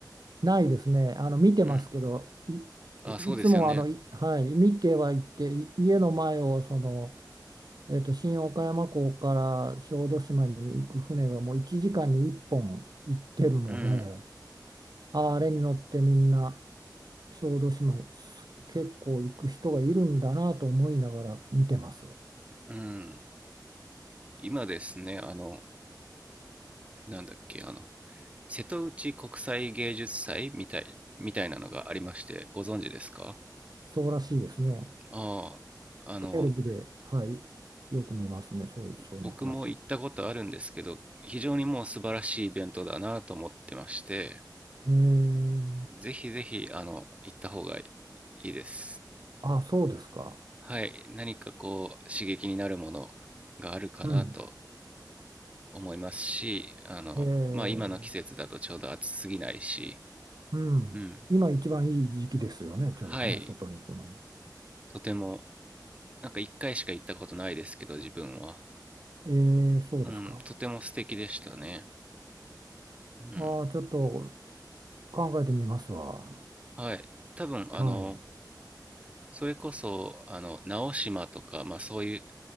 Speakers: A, on the right; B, on the right.
A: ないですね。あの、見てますけど、
B: うん
A: い、
B: あ、
A: いつもあの、
B: そうですよね。
A: いはい、見てはいって、い家の前をその、えっと、新岡山港から小豆島に行く船がもう1時間に1本行ってるので、
B: うん。
A: ああれに乗ってみんな小豆島にす結構行く人がいるんだなと思いながら見てます。
B: うん。今ですね、あの、なんだっけ、あの、瀬戸内国際芸術祭みたい、みたいなのがありまして、ご存知ですか
A: そうらしいですね。
B: ああ、あの、
A: テレビで、はい、よく見ますね、そういう、
B: 僕も行ったことあるんですけど、
A: その話。
B: 非常にもう素晴らしいイベントだなと思ってまして、
A: えー、
B: ぜひぜひ、あの、行った方がいいです。
A: あ、そうですか。
B: はい、何かこう、刺激になるものがあるかなと
A: うん。
B: 思いますし、あの、
A: え
B: まあ今の季節だとちょうど暑すぎないし、
A: ー、うん。
B: うん。
A: 今一番いい時期ですよね、ちょうどね、
B: はい。
A: 外に行くの。
B: とても、なんか一回しか行ったことないですけど、自分は。
A: えー、そうですか。
B: うん。とても素敵でしたね。うん。
A: ああ、ちょっと考えてみますわ。
B: はい。多分、あの、
A: はい。
B: それこそ、あの、直島とか、まあそういう